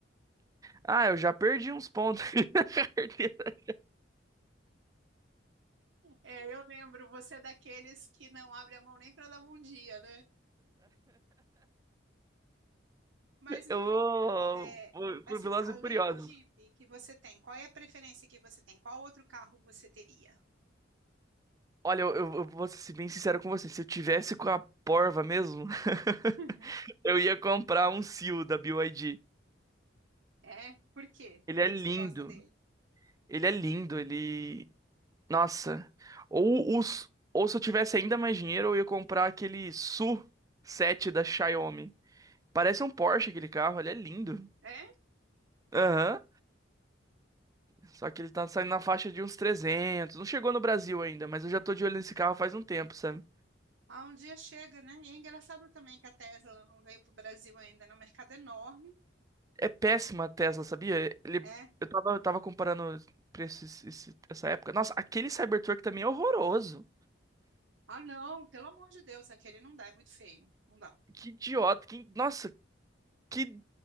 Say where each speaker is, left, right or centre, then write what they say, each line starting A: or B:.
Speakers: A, on the right; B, on the right.
A: Ah, eu já perdi uns pontos <laughs> na carteira.
B: É, eu lembro, você é daqueles que não abre a mão nem para dar bom dia, né? Mas me
A: Eu vou,
B: conta, é,
A: vou pro
B: assim,
A: Velozes
B: além
A: e Furiosos.
B: do Jeep que você tem, qual é a preferência que você tem? Qual outro carro você teria?
A: Olha, eu, eu- eu vou ser bem sincero com você. Se eu tivesse com a porva mesmo,
B: <laughs>
A: <laughs> eu ia comprar um Seal da BYD.
B: É? Por quê?
A: Ele
B: Por
A: é
B: que
A: lindo.
B: que você gosta dele?
A: Ele é lindo. Ele. Nossa. Ou, os... ou se eu tivesse ainda mais dinheiro, eu ia comprar aquele SU7 da Xiaomi. Parece um Porsche aquele carro. Ele é lindo.
B: É?
A: Aham. Só que ele tá saindo na faixa de uns 300. Não chegou no Brasil ainda, mas eu já tô de olho nesse carro faz um tempo, sabe?
B: Ah, um dia chega, né? E é engraçado também que a Tesla não veio para o Brasil ainda, né? Um mercado é enorme.
A: É péssima a Tesla, sabia? Ele,
B: É.
A: eu tava, eu tava comparando preço esse- esse- essa época. Nossa, aquele Cybertruck também é horroroso.
B: Ah, não, pelo amor de Deus, aquele não dá, é muito feio. Não dá.
A: Que idiota. Que, nossa, que,